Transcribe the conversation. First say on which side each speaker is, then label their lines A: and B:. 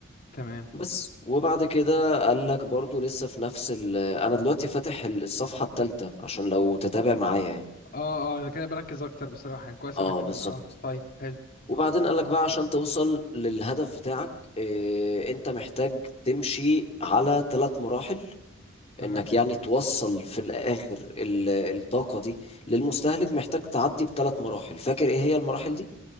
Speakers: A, on the left; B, on the left.
A: تمام
B: بس وبعد كده قال لك برضو لسه في نفس ال... انا دلوقتي فاتح الصفحة الثالثة عشان لو تتابع معايا يعني
A: اه اه انا كده بركز اكتر بصراحة يعني كويس
B: اه
A: انك
B: بالظبط
A: اه طيب حلو
B: وبعدين قالك بقى عشان توصل للهدف بتاعك إيه، انت محتاج تمشي على ثلاث مراحل
A: تمام
B: انك يعني توصل في الاخر ال- الطاقة دي للمستهلك محتاج تعدي بثلاث مراحل فاكر ايه هي المراحل دي؟